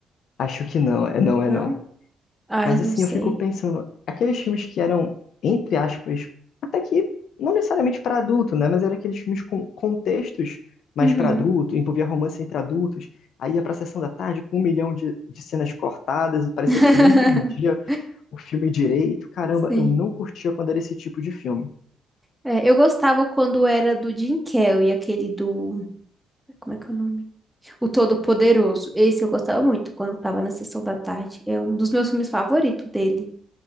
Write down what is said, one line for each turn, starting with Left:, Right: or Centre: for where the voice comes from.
Left: acho que não, é não, é
Centre: Não?
Left: não.
Centre: Ai,
Left: Mas assim,
Centre: não sei.
Left: eu fico pensando, aqueles filmes que eram, entre aspas, até que não necessariamente para adulto, né? Mas eram aqueles filmes com contextos mais
Centre: Uhum.
Left: para adulto, envolvia romance entre adultos, aí ia pra sessão da tarde com um milhão de, de cenas cortadas, e parecia
Centre: <laughs>
Left: que você nem entendia o filme direito. Caramba,
Centre: Sim.
Left: eu não curtia quando era esse tipo de filme.
Centre: É, eu gostava quando era do Jim Carrey, aquele do. Como é que é o nome? O Todo-Poderoso. Esse eu gostava muito quando tava na sessão da tarde. É um dos meus filmes favoritos dele.